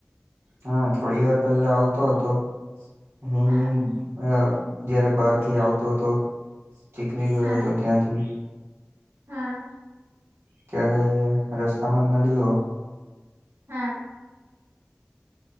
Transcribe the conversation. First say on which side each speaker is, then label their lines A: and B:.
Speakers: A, on the right; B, on the right.
A: હા, થોડી વાર પહેલા આવતો હતો. હું
B: હા
A: અહ જયારે બહાર થી આવતો હતો. ચીખલી ગયો
B: હા
A: હતો ત્યાંથી.
B: હા.
A: ત્યારે રસ્તામાં નળ્યો.
B: હા.